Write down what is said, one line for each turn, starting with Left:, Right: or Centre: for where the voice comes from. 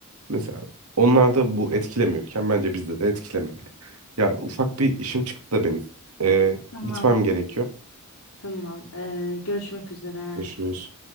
Right: Mesela onlar da bu etkilemiyorken bence bizde de etkilememeli. Ya ufak bir işim çıktı da benim. E,
Left: Tamam.
Right: gitmem gerekiyor.
Left: Tamam. Ee, görüşmek üzere.
Right: Görüşürüz.